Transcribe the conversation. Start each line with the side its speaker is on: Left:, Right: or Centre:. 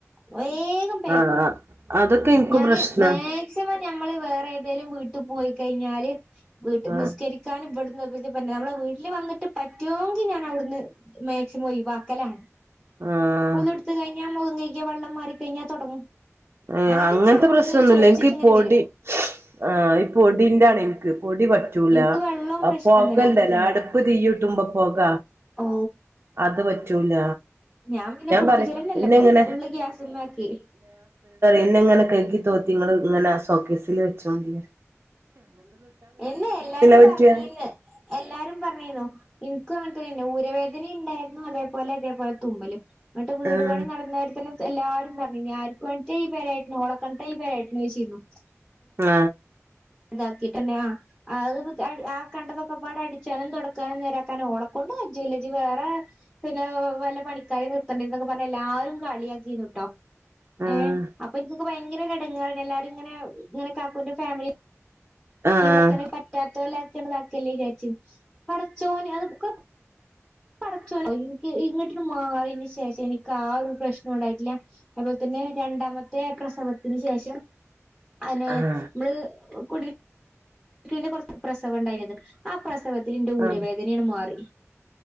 Centre: വേഗം പേക്കും.
Right: ആഹ് അതൊക്കെ ഇൻക്കും
Centre: ഞാന്
Right: പ്രശ്നാ
Centre: മാക്സിമം ഞമ്മള് വേറെ ഏതേലും വീട്ടി പോയി കഴിഞ്ഞാല് വീട്ടിൽ
Right: ആഹ്
Centre: നിസ്കരിക്കാൻ ഇവിട നമ്മളെ വീട്ടിൽ വന്നിട്ട് പറ്റുമോെങ്കിൽ ഞാൻ അവിടുന്ന് മാക്സിമം ഒഴിവാക്കലാണ്.
Right: ആഹ്
Centre: ഒതു കോടുത്ത് കഴിഞ്ഞാ മുഖം വെള്ളം മാറി കഴിഞ്ഞാൽ തുടങ്ങും.
Right: ഏഹ്
Centre: ആദ്യം
Right: അങ്ങനത്തെ
Centre: ചങ്കന്നൊരു
Right: പ്രശ്നമൊന്നുമില്ല
Centre: ചൊറിച്ചിലിങ്ങനെ
Right: എനിക്ക് ഈ പൊടി
Centre: വരും
Right: ആഹ് ഈ പൊടിന്റെ ആണ് എനിക്ക്പൊടി പറ്റൂല
Centre: എനിക്ക് വെള്ളവും പ്രശ്നം
Right: പൊക
Centre: തന്നെയാണ്
Right: ഉണ്ടല്ലോ അടുപ്പ് തീ ഇട്ടുമ്പ പൊക
Centre: ഓ
Right: അത് പറ്റൂല.
Centre: ഞാൻ പിന്നെ പുടിപ്പിച്ചലന്നല്ലപ്പൊ
Right: പറയും എന്നെങ്ങനെ
Centre: ഫുള്ള് ഗ്യാസിന്നാക്കി.
Right: എന്നെ ഇങ്ങനെ കഴകി തോത്തി നിങ്ങള് ഇങ്ങനെ സോക്കേസിൽ വെച്ചേണ്ടി
Centre: എന്നെ എല്ലാരും
Right: പറ്റാ
Centre: പറഞ്ഞീന്ന് എല്ലാരും പറഞ്ഞീന്നു ഇൻക്കും അങ്ങൻതേന്നെ തലവേദന ഉണ്ടായിരുന്നു അതേപോലെ അതേപോലെ തുമ്മലും. എന്നിട്ട് വീട്
Right: ആഹ്
Centre: പണി നടന്നരത്തി എല്ലാരും പറഞ്ഞായിരുന്നു ആർക്കു വേണ്ടിട്ട ഈ പേര ഒലെ <unintelligible>
Right: ആ
Centre: അതാക്കിട്ടന്നെയാ അത് നോക്ക് ആ കണ്ടതൊക്കെ പടേ അടിച്ചാനും തൊടക്കാനും നേരാക്കാനും ഓള ക്കൊണ്ട് കജ്ജുല്ലജി വേറെ പിന്നെ വല്ല പണിക്കാരും നിർത്തണ്ടി എന്നൊക്കെ പറഞ്ഞാ എല്ലാരും കളിയാക്കിന്നുട്ടോ
Right: ആഹ്
Centre: ഏ അപ്പൊ എനി- പ്പൊ ഭയങ്കരൊരെടെങ്ങാറാണ് എല്ലാരുങ്ങനെ ങ്ങനെ കാക്കൂന്റെ ഫാമിലി <unintelligible>
Right: ആഹ്
Centre: പറ്റാത്തോലാ താക്കല്ലേ വിചാരിച്ചു പടച്ചോന് അത്ക്കെ പടച്ചോനേ എനിക്ക് ഇങ്ങോട്ടി് മാറന് ശേഷം എനിക്ക് ആ ഒരു പ്രശ്നം ഉണ്ടായിട്ടില്ല അതുപോലെ തന്നെ രണ്ടാമത്തെ പ്രസവത്തിന് ശേഷം അനെ
Right: ആഹ്
Centre: നമ്മള് ഓ കുടി കുടിൽക്കലിന്റെ കുറച്ച് പ്രസവം പ്രസവം ഉണ്ടായിഇനിഅത് ആ പ്രസവം പ്രസവത്തിൽ എന്റെ ഊരവേദനയാണ്
Right: ആഹ്
Centre: മാറി